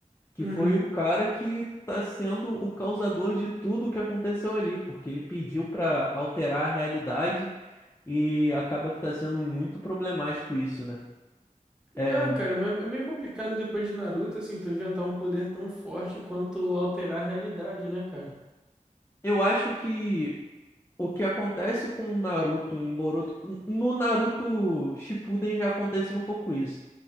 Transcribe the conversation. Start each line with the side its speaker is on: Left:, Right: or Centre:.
Left: Que
Centre: Uhum.
Left: foi o cara que tá sendo o causador de tudo o que aconteceu ali, porque ele pediu pra alterar a realidade e acaba que tá sendo muito problemático isso, né? É,
Centre: Ah, cara, mas é meio complicado depois de Naruto, assim, tu inventar um poder tão forte quanto alterar a realidade, né, cara?
Left: eu acho que O que acontece com o Naruto em Boruto, no Naruto Shippuden já acontecia um pouco isso,